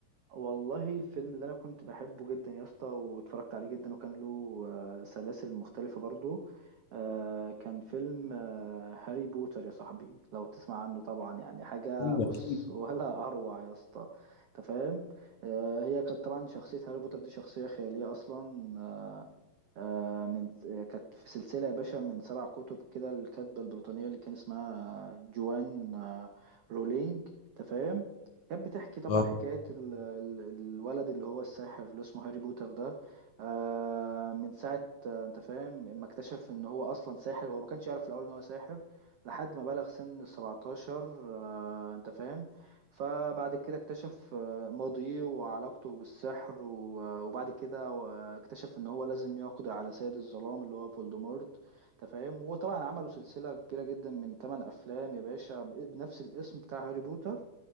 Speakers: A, on the right (about 90°); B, on the left (about 65°).
A: والله الفيلم اللي انا كنت بحبه جدا يا اسطى واتفرجت عليه جدا وكان له آه، سلاسل مختلفة برضو آه، كان فيلم آه، هاري بوتر يا صاحبي لو تسمع عنه طبعا يعني حاجة
B: ايوه
A: بص
B: اكيد
A: ولا <laughs> اروع يا اسطى انت فاهم آه، هي كانت طبعا شخصية هاري بوتر دي شخصية خيالية اصلا آه، من آه، كانت في سلسلة يا باشا من سبع كتب كده الكاتبة البريطانية اللي كان اسمها جوان آه، رولينج تفهم كانت بتحكي طبعا
B: آه،
A: حكاية ال- ال- الولد اللي هو الساحر اللي اسمه هاري بوتر ده آه، من ساعة آه، انت فاهم ما اكتشف ان هو اصلا ساحر هو ما كانش يعرف في الاول ان هو ساحر لحد ما بلغ سن السبعتاشر آه، انت فاهم فبعد كده اكتشف آه، ماضيه وعلاقته بالسحر و- وبعد كده آه، اكتشف ان هو لازم يقضي على سيد الظلام اللي هو فولدمورت انت فاهم وطبعا عملوا سلسلة كبيرة جدا من 8 افلام يا باشا ب- بنفس الاسم بتاع هاري بوتر